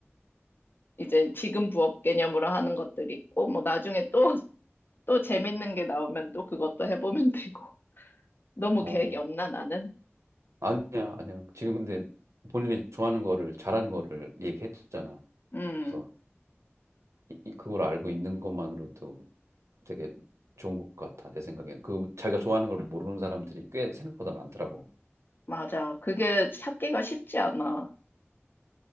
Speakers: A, on the left (about 50°); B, on the right (about 85°).
A: 이제 지금 부업 개념으로 하는 것들이 있고, 뭐 나중에 또 또 재밌는 게 나오면 또 그것도 해보면 되고. <laughs> 너무
B: 어,
A: 계획이 없나, 나는?
B: 아니야, 아니야. 지금 근데 본인이 좋아하는 거를 잘하는 거를 얘기했잖아.
A: 음,
B: 그래서 이- 이- 그걸 알고 있는 것만으로도 되게 좋은 것 같아. 내 생각엔. 그 자기가 좋아하는 걸 모르는 사람들이 꽤 생각보다 많더라고.
A: 맞아. 그게 찾기가 쉽지 않아.